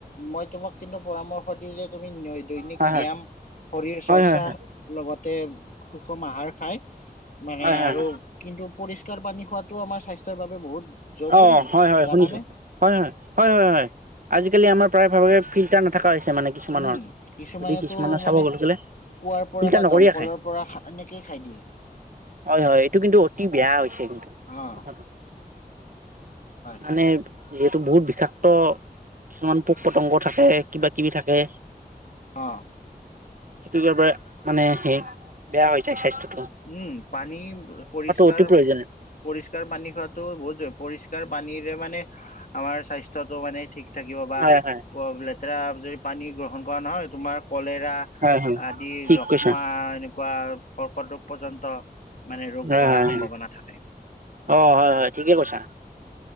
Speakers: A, on the left; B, on the right.
A: মই তোমাক কিন্তু পৰামৰ্শ দিওঁ যে ন <unintelligible> দৈনিক
B: হয়
A: ব্যায়াম শৰীৰ
B: হয়
A: চৰ্চা
B: হয় হয়
A: লগত তেম সুষম আহাৰ খায় মানে
B: হয় হয় হয়
A: আৰু কিন্তু পৰিষ্কাৰ পানী খোৱাটো আমাৰ স্বাস্থ্যৰ বাবে বহুত জৰুৰী
B: অ হয় হয়
A: জানানে
B: শুনিছো হয় হয় হয় হয় হয় আজিকালি আমাৰ প্ৰায় ভাগৰে ফিল্টাৰ নথকা হৈছে। মানে কিছুমানৰ
A: উম কিছুমানেতো
B: যদি কিছুমানৰ
A: মানে
B: চাব গ'লে
A: কুঁৱাৰ পৰা
B: ফিল্টাৰ
A: বা
B: নকৰিয়ে
A: দমকলৰ
B: খায়।
A: পৰা এনেকেই খাই দিয়ে
B: হয় হয় এইটো কিন্তু অতি বেয়া হৈছে কিন্তু
A: অ
B: কথাটো।
A: হয়
B: মানে যিহেতু বহুত বিষাক্ত কিছুমান পোক পতংগ থাকে কিবা কিবি থাকে।
A: অ
B: সেইটো কাৰেবাৰে মানে সে বেয়া হৈ যায় স্বাস্থ্য।
A: উম পানী পৰিষ্কাৰ
B: অতি প্ৰয়োজনীয়
A: পৰিষ্কাৰ পানী খোৱাটো বহুত জৰুৰী পৰিষ্কাৰ ফিল্টাৰ পানীৰে মানে আমাৰ স্বাস্থ্যটো মানে ঠিক থাকিব বা
B: হয় হয়
A: প্ৰব্লে এ যদি পানী গ্ৰহণ কৰা নহয় তোমাৰ কলেৰা
B: হয় হয়
A: আদি
B: ঠিক
A: যক্ষ্মা
B: কৈছা
A: এনেকো কোৱা কৰ্কট ৰোগ পৰ্যন্ত মানে ৰোগ
B: হয়
A: হোৱাৰ
B: হয়
A: সম্ভাৱনা
B: হয়
A: থাকে।
B: অ হয় হয় ঠিকে কৈছা।